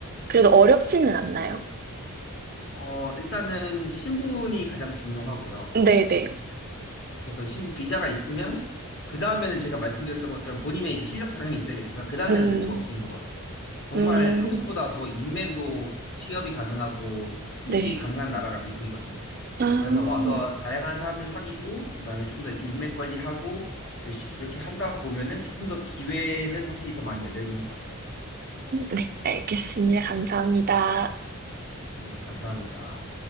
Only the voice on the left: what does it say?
어 일단은 신분이 가장 중요하고요.
그래서 신, 비자가 있으면 그 다음에는 제가 말씀드렸던 것처럼 본인의 이제 실력도 당연히 있어야겠지만 그 다음에는
네트워킹인 것 같아요. 정말
한국보다 더 인맥으로 취업이 가능하고 이직이
가능한 나라가 미국이거든요.
그래서 와서 다양한 사람들 사귀고 그다음에 좀 더 이렇게 인맥 관리하고 열심 그렇게 한다 보면은 조금 더 기회는 확실히 더 많이 열려 있는 것 같아요.
네, 감사합니다.